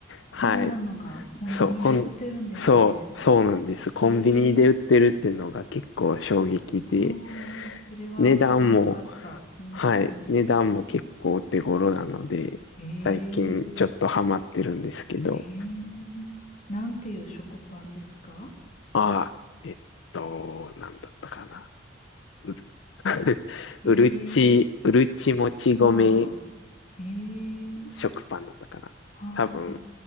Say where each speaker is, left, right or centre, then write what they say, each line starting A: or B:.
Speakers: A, on the left; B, on the left.
A: はい。
B: そんなのがコンビニで売ってるんですね。
A: そう、こん、そう、そうなんです。コンビニで売ってるっていうのが結構衝撃で、
B: えー、はあ、それは知らなかった。
A: 値段も、
B: うんうん。
A: はい、値段も結構お手頃なので、
B: えー、
A: 最近ちょっとハマってるんですけど、
B: えー、なんていう食パンですか
A: ああ、えっと、なんだったかな。うる <laughs>
B: えー、
A: うるち、うるちもち米
B: はあはあ。えー、
A: 食パンだったかな。
B: はあ、
A: 多分、
B: あ、